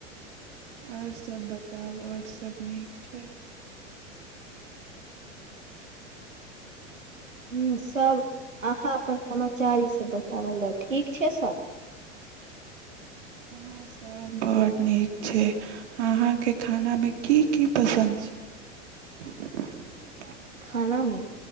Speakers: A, on the right; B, on the right.
A: और सब बताउ और सब नीक छे?
B: ह सब अहाँ अपन समाचार ई सब बताबल जा ठीक छै सब।
A: हँ सब बड नीक छै अहा के खाना मे की की पसंद छै। <inaudible>
B: खाना में